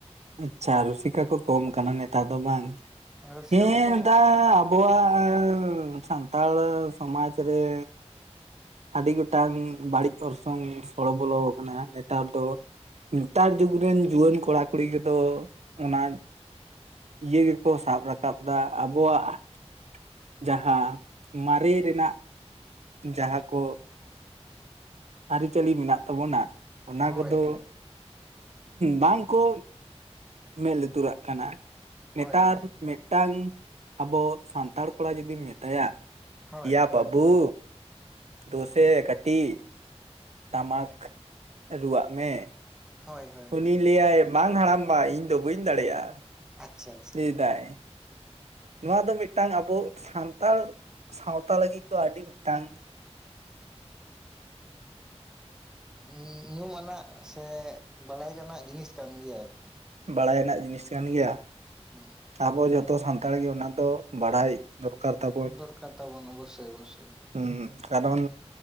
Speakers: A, on the right; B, in the centre.
A: ᱟᱪᱪᱷᱟ ᱨᱩᱥᱤᱠᱟ ᱠᱚ ᱠᱚᱢ ᱠᱟᱱᱟ ᱱᱮᱛᱟᱨ ᱫᱚ ᱵᱟᱝ?
B: ᱨᱩᱥᱤᱠᱟ
A: ᱦᱮᱸ
B: ᱠᱚ ᱠᱚᱢ
A: <unintelligible> ᱟᱵᱚᱣᱟᱜ ᱥᱟᱱ ᱥᱟᱱᱛᱟᱲ ᱥᱚᱢᱟᱡᱽ ᱨᱮ ᱟᱹᱰᱤ ᱜᱚᱴᱟᱝ ᱵᱟᱹᱲᱤᱡ ᱚᱨᱥᱚᱝ ᱥᱚᱲᱚ ᱵᱚᱞᱚ ᱟᱠᱟᱱᱟ ᱱᱮᱛᱟᱨ ᱫᱚ ᱾ ᱱᱮᱛᱟᱨ ᱡᱩᱜᱽ ᱨᱮᱱ ᱡᱩᱣᱟᱹᱱ ᱠᱚᱲᱟ ᱠᱩᱲᱤ ᱠᱚᱫᱚ ᱚᱱᱟ ᱤᱭᱟᱹ ᱜᱮᱠᱚ ᱥᱟᱵ ᱨᱟᱠᱟᱵ ᱮᱫᱟ ᱟᱵᱚᱣᱟᱜ ᱡᱟᱦᱟᱸ ᱢᱟᱨᱮ ᱨᱮᱱᱟᱜ ᱡᱟᱦᱟᱸ ᱠᱚ ᱟᱹᱨᱤᱪᱟᱹᱞᱤ ᱢᱮᱱᱟᱜ ᱛᱟᱵᱚᱱᱟ ᱚᱱᱟ
B: ᱦᱳᱭ
A: ᱠᱚᱫᱚ
B: ᱦᱳᱭ
A: ᱵᱟᱝ ᱠᱚ ᱢᱮᱫ ᱞᱩᱛᱩᱨᱟᱜ ᱠᱟᱱᱟ
B: ᱦᱳᱭ
A: ᱱᱮᱛᱟᱨ
B: ᱦᱳᱭ
A: ᱢᱮᱫ ᱢᱤᱫᱴᱟᱝ ᱟᱵᱚ ᱥᱟᱱᱛᱟᱲ ᱠᱚᱲᱟ ᱡᱩᱫᱤᱢ ᱢᱮᱛᱟᱭᱟ
B: ᱦᱳᱭ
A: ᱮᱭᱟ
B: ᱦᱳᱭ
A: ᱵᱟᱹᱵᱩ ᱫᱩᱥᱮ ᱠᱟᱹᱴᱤᱡ ᱴᱟᱢᱟᱠ ᱨᱩᱣᱟᱜ ᱢᱮ
B: ᱦᱳᱭ ᱦᱳᱭ ᱦᱳᱭ
A: ᱩᱱᱤ
B: ᱦᱳᱭ
A: ᱞᱟᱹᱭᱟᱭ ᱵᱟᱝ ᱦᱟᱲᱟᱢᱵᱟ ᱤᱧ ᱫᱚ ᱵᱟᱹᱧ ᱫᱟᱲᱮᱭᱟᱜᱼᱟ ᱾
B: ᱟᱪᱪᱷᱟ <inaudible>
A: ᱞᱟᱹᱭ ᱫᱟᱭ, ᱱᱚᱣᱟ ᱫᱚ ᱢᱤᱫᱴᱟᱝ ᱟᱵᱚ ᱥᱟᱱᱛᱟᱲ ᱥᱟᱶᱛᱟ ᱞᱟᱹᱜᱤᱫ ᱫᱚ ᱟᱹᱰᱤ ᱢᱤᱫᱴᱟᱝ
B: ᱩᱸ ᱧᱩᱢᱟᱱᱟᱜ ᱥᱮ ᱵᱟᱲᱟᱭ ᱜᱟᱱᱟᱜ ᱡᱤᱱᱤᱥ ᱠᱟᱱ ᱜᱮᱭᱟ ᱟᱨᱠᱤ᱾
A: ᱵᱟᱲᱟᱭ ᱟᱱᱟᱜ ᱡᱤᱱᱤᱥ ᱠᱟᱱ ᱜᱮᱭᱟ᱾
B: ᱦᱩᱸ᱾
A: ᱟᱵᱚ ᱡᱷᱚᱛᱚ ᱥᱟᱱᱛᱟᱲ ᱜᱮ ᱚᱱᱟ ᱫᱚ ᱵᱟᱲᱟᱭ ᱫᱚᱨᱠᱟᱨ ᱛᱟᱵᱚᱱ
B: ᱫᱚᱨᱠᱟᱨ ᱛᱟᱵᱚᱱ ᱚᱵᱚᱥᱥᱳᱭ ᱚᱵᱚᱥᱥᱳᱭ᱾
A: ᱦᱩᱸ ᱦᱩᱸ ᱠᱟᱨᱚᱱ